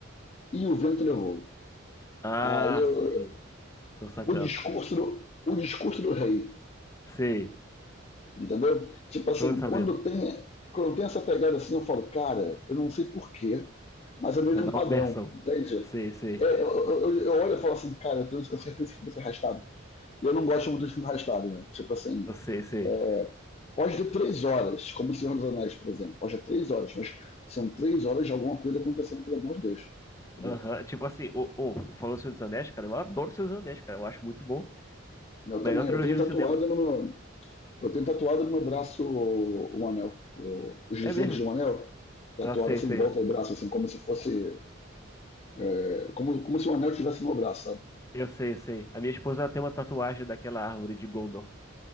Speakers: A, on the left; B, on the left.
A: e o vento levou.
B: ah,
A: Aí eu,
B: sei. Tô sacando.
A: o discurso do, o discurso do rei.
B: Sei.
A: Entendeu? Tipo assim,
B: Tô sabendo.
A: quando tem, quando tem essa pegada assim, eu falo, cara, eu não sei porquê, mas é meio
B: Pra
A: que
B: dar
A: um padrão,
B: uma versão.
A: entende?
B: Sei, sei.
A: É, eu, eu, eu olho e falo assim, cara, eu tenho certeza que vai ser arrastado. E eu não gosto muito de filme arrastado, né? Tipo assim,
B: Eu sei, sei.
A: é, pode ter três horas, como o Senhor dos Anéis, por exemplo. Pode ter três horas, mas são três horas de alguma coisa acontecendo, pelo amor de Deus. Entendeu?
B: Aham, Tipo assim, ô, ô, falou Senhor dos Anéis, cara, eu adoro Senhor dos Anéis, cara, eu acho muito bom.
A: Eu
B: Melhor
A: também,
B: trilogia
A: eu tenho tatuado
B: do cinema.
A: no meu, Eu tenho tatuado no braço o, o anel, o- os dizeres
B: É mesmo?
A: do anel, tatuado
B: Ah, sei,
A: assim
B: sei.
A: em volta do braço, assim, como se fosse. é, como, como se o anel estivesse no meu braço, sabe?
B: Eu sei, eu sei. A minha esposa ela tem uma tatuagem daquela árvore de Gondor.